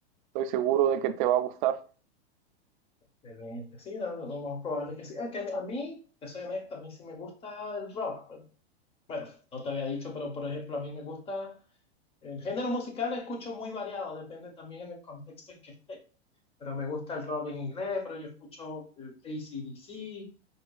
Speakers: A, on the right; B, on the left.
A: estoy seguro de que te va a gustar.
B: Excelente. Sí, no, no, lo más probable es que sí. Aunque a mí, te soy honesto, a mí sí me gusta el rock. Bueno, no te había dicho, pero por ejemplo, a mí me gusta el género musical, escucho muy variado, depende también en el contexto en que esté. Pero me gusta el rock en inglés, pero yo escucho eh, AC/DC,